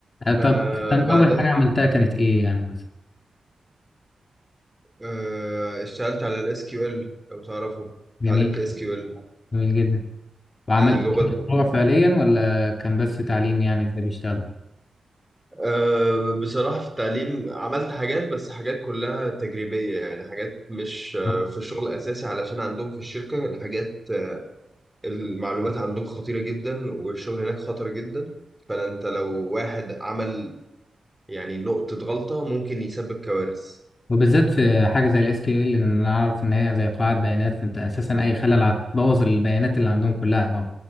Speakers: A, on the left (about 40°); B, in the centre.
A: آه طب
B: فبعدها
A: مثلا اول حاجه عملتها كانت ايه يعني مثلا
B: آه، اشتغلت على الاس كيو ال لو تعرفه
A: جميل
B: اتعلمت اس كيو ال
A: جميل جدا وعملت
B: دي لغة
A: إيه مشروع فعليا ولا كان بس تعليم يعني ازاي بيشتغلوا
B: آه، بصراحة في التعليم عملت حاجات بس حاجات كلها تجريبية يعني حاجات مش آه،
A: آه.
B: في الشغل الأساسي علشان عندهم في الشركة الحاجات المعلومات عندهم خطيرة جدا والشغل هناك خطر جدا فانت لو واحد عمل يعني نقطة غلطة ممكن يسبب كوارث
A: وبالذات في حاجه زي الاس كيو ال ان انا اعرف ان هي زي قاعده بيانات فانت اساسا اي خلل هتبوظ البيانات اللي عندهم كلها اهو